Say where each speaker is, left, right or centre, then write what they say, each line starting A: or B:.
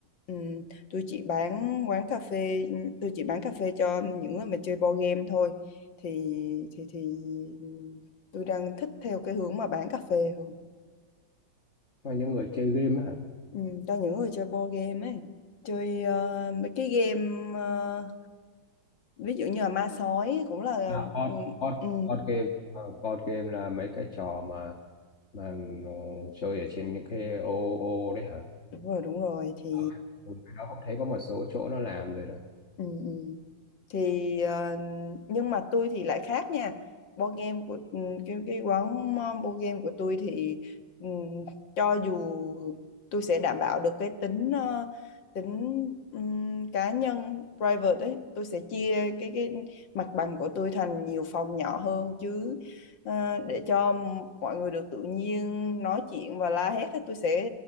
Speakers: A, on the left (about 85°); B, on the left (about 40°).
A: ừm, tôi chỉ bán quán cà phê tôi chỉ bán cà phê cho những người mà chơi board game thôi thì thì thì ừ, tôi đang thích theo cái hướng mà bán cà phê hơn
B: cho những người chơi game á hả
A: Ừ, cho những người chơi board game ấy chơi ờ, mấy cái game ờ, ví dụ như là ma sói cũng là
B: À, board,
A: ừ,
B: board,
A: ừ,
B: board game Ờ, board game là mấy cái trò mà mà ờ, chơi ở trên những cái ô ô đấy hả?
A: đúng rồi đúng rồi thì
B: Ờ, ừ, cái đó cũng thấy có một số chỗ nó làm rồi đó.
A: ừ, ừ. thì ờ, nhưng mà tôi thì lại khác nha board game của ừ, cái cái quán ờ, board game của tôi thì ừm, cho dù tôi sẽ đảm bảo được cái tính ờ, tính ừm, cá nhân private ấy tôi sẽ chia cái cái mặt bằng của tôi thành nhiều phòng nhỏ hơn chứ ờ, để cho mọi người được tự nhiên nói chuyện và la hét ấy, tôi sẽ